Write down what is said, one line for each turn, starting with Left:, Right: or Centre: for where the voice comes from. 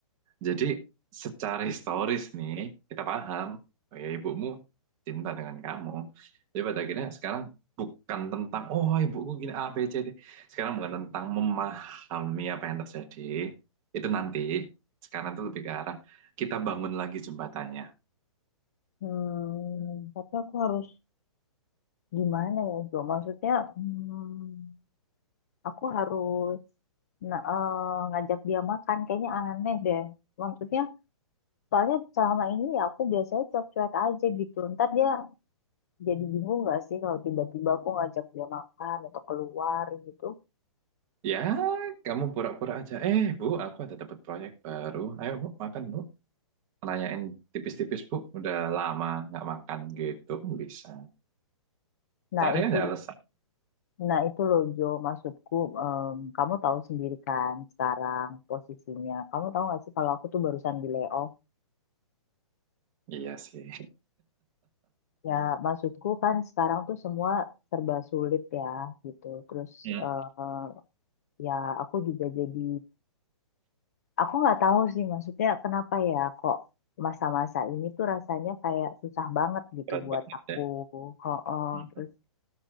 Right: Jadi secara historis nih kita paham, oh ya ibumu cinta dengan kamu. Jadi pada akhirnya sekarang bukan tentang oh ibuku gini A B C D. Sekarang bukan tentang memahami apa yang terjadi. Itu nanti. Sekarang itu lebih ke arah kita bangun lagi jembatannya.
Left: Hmm, Tapi aku harus gimana ya Jo? Maksudnya hmm, aku harus nah, eh, ngajak dia makan kayaknya aneh deh. Maksudnya soalnya selama ini ya aku biasanya cuek-cuek aja gitu. Ntar dia jadi bingung nggak sih kalau tiba-tiba aku ngajak dia makan atau keluar gitu.
Right: Ya, kamu pura-pura aja. Eh, Bu, aku ada dapat proyek baru. Ayo, Bu, makan, Bu. Nanyain tipis-tipis, Bu. Udah lama nggak makan gitu. Bisa.
Left: Nah
Right: Cari
Left: itu,
Right: aja alasan.
Left: nah itu loh Jo, maksudku em, kamu tahu sendiri kan sekarang posisinya. Kamu tahu nggak sih kalau aku tuh barusan di layoff.
Right: Iya sih.
Left: Ya maksudku kan sekarang tuh semua serba sulit ya gitu. Terus
Right: Hmm.
Left: eh, eh, ya aku juga jadi, aku nggak tahu sih maksudnya kenapa ya kok masa-masa ini tuh rasanya kayak susah banget gitu
Right: berat
Left: buat
Right: banget
Left: aku.
Right: ya.
Left: Ho-oh.
Right: Gitu.
Left: Terus